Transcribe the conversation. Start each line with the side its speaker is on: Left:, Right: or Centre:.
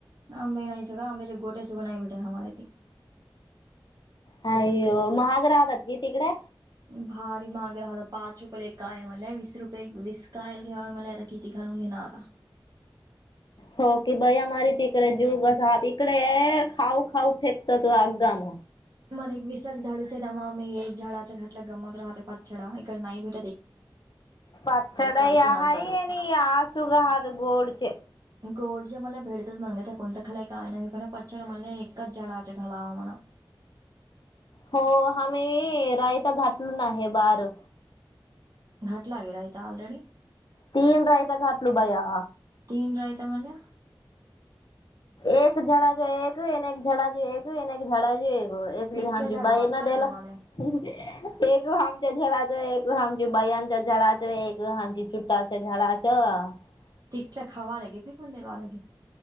Right: आंबे नाही सगं आंब्याच्या गोट्या सुद्धा नाही भेटत आम्हाला इथे
Left: हाय महाग राहतात कि तिकडे
Right: भारी महाग राहतात पाच रुपयले काय म्हणले वीस रुपये विस्कायल घ्याव्या म्हणलात तर किती घालून घेणार
Left: हो की बया तिकडे जीव अस हा इकडे खाऊ खाऊ फेकतात तो आगगाम
Right: मर एक विसग धाडस मी येईन झाडाच्या घाटला गम मात्र पाच छडा नाही भे
Left: पाच चढाया
Right: कालपून आणता
Left: हाये
Right: तो
Left: नीआ सुुगा हात गोडचे
Right: गोड जे मला भेडतात म्हणे त्या कोणत खालाय काय नाही पण पचछड म्हणे एकाच झाडाच खाल म्हणा
Left: हो हा मी रायता घातलेला हाय हे बार
Right: घाट लागेलय इथे ऑलरेडी
Left: तीन रायता घातलु बया
Right: तीन रायता मल्ल्या
Left: एक झाडाचे एकने एक झाडाचे एक एने एक झाडाची एक हो
Right: तिथल्या
Left: लहानची
Right: झाड
Left: बाई
Right: आहात
Left: ना
Right: काय
Left: द्याला
Right: तुम्हाला
Left: <unintelligible>
Right: तितक खावा लगे फेकून द्यावा लगे